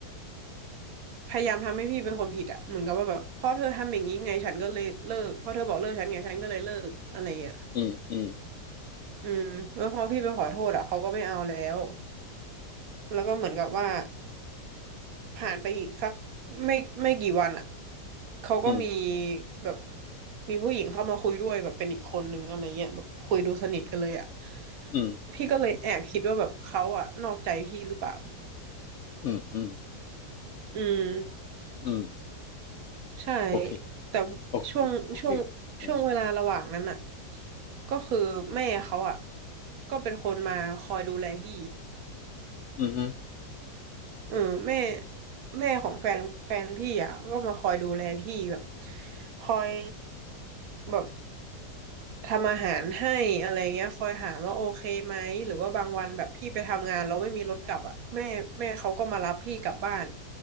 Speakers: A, on the right (about 65°); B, on the left (about 85°).
A: พยายามทำให้พี่เป็นคนผิดอ่ะเหมือนกับว่าแบบเพราะเธอทำอย่างนี้ไงฉันก็เลยเลิกเพราะเธอบอกเลิกฉันไงฉันก็เลยเลิกอะไรเงี้ย
B: อืมอืม
A: อืมแล้วพอพี่ไปขอโทษอ่ะเขาก็ไม่เอาแล้วแล้วก็เหมือนกับว่า ผ่านไปอีกสักไม่ไม่กี่วันอ่ะเขาก็มี
B: อืม
A: แบบมีผู้หญิงเข้ามาคุยด้วยแบบเป็นอีกคนนึงอะไรเงี้ยแบบคุยดูสนิทกันเลยอ่ะ
B: อืม
A: พี่ก็เลยแอบคิดว่าแบบเขาอ่ะนอกใจพี่หรือเปล่า
B: อืมอืม
A: อืม
B: อืม
A: ใช่
B: โอเค
A: แต่
B: โอเคโอเค
A: ช่วงช่วง
B: อ่า
A: ช่วงเวลาระหว่างนั้นอ่ะก็คือแม่เขาอ่ะก็เป็นคนมาคอยดูแลพี่
B: อืมฮึ
A: เออแม่แม่ของแฟนแฟนพี่อ่ะก็มาคอยดูแลพี่แบบคอยแบบทำอาหารให้อะไรเงี้ยคอยถามว่าโอเคไหมหรือว่าบางวันแบบพี่ไปทำงานแล้วไม่มีรถกลับอ่ะแม่แม่เขาก็มารับพี่กลับบ้าน